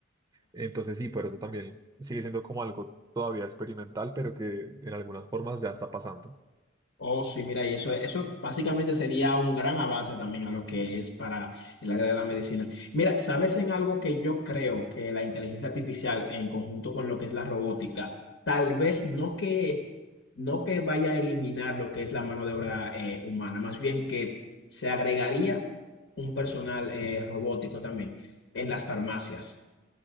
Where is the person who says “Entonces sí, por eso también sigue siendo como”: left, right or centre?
Right